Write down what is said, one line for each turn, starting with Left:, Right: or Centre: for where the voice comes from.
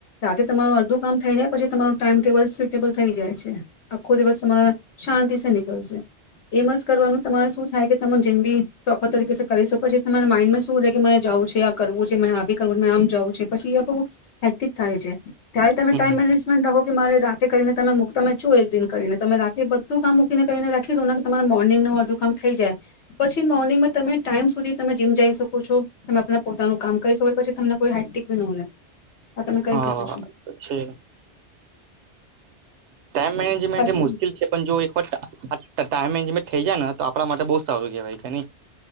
Left: રાતે તમારું અડધું કામ થઈ જાય પછી તમારું ટાઈમ ટેબલ સીપ ટેબલ થઈ જાય છે. આખો દિવસ તમારા શાંતિ સે નીકલશે એમ જ કરવાનું તમારે શું થાય કે તમારુ જીમ બી ટોપર તરીકેશે કરી શકો છે તમારા માઇન્ડમાં શું રહે કે મારે જવું છે. તે આ કરવું છે મને આ બી કરવું આમ જવું છે પછી આ બહુ હે્ટિક થાય છે. ત્યારે
Right: હમ
Left: તમે ટાઈમ મેનેજમેન્ટ રાખો કે મારે રાખ તે કરીને તમે તમે છો એક દિન કરીને તમે રાતે બધું કામ મૂકીને કરીને રાખી તો કે તમારા મોર્નિંગનું અડધું કામ થઈ જાય પછી મોર્નિંગમાં તમે ટાઈમ સુધી તમે જીમ જઈ શકો છો તમેણા પોતાનું કામ કરી શકો પછી તમને રહે આ તમે કરી
Right: હા
Left: શકો છો
Right: જો ટાઈમ મેનેજમેન્ટ
Left: પછી
Right: મુશ્કેલ છે પણ જો એક વખત ટાઈમે મેનેજમેટ થઇ જાય ને તો આપણા માટે બહુ સારું કેહેવાય કે નઈ